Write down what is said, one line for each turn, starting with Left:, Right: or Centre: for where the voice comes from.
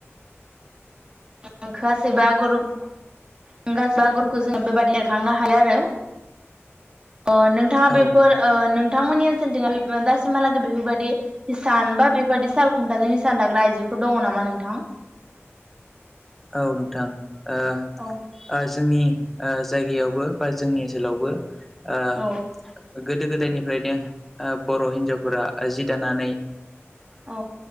Right: <unintelligible> खोआसैबा गरुब गास आगरखौ जोङो बेबायदि एरखांनो हायो आरो। अ नोंथाङा
Centre: औ
Right: बेफोर ओ नों थांमोननि ओनसोलथि दासिमहालागै बेफोरबायदि हिसान बा बेफोरबायाददि साल खुन्थाजों हिसान दाग्रा आइजो दङ नामा नोंथां?
Centre: औ नोंथां ओ
Right: औ
Centre: ओ जोंनि ओ जायगायावबो बा जोंनि ओनसोलावबो ओ
Right: औ
Centre: गोदो गोदायनिफ्रायनो ओ बर' हिनजावफोरा जि दानानै
Right: औ